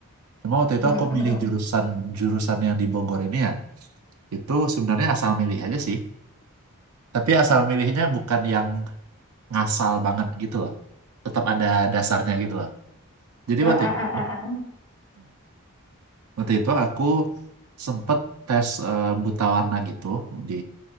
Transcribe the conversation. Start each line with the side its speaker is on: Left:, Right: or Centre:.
Right: Cuma waktu itu
Left: Mm-mm.
Right: aku milih jurusan jurusan yang di Bogor ini ya. Itu sebenarnya asal milih aja sih. Tapi asal milihnya bukan yang ngasal banget gitu loh. Tetap ada dasarnya gitu loh. Jadi
Left: Eh, eh,
Right: waktu itu,
Left: eh, eh, eh.
Right: waktu itu aku sempet tes eh, buta warna gitu di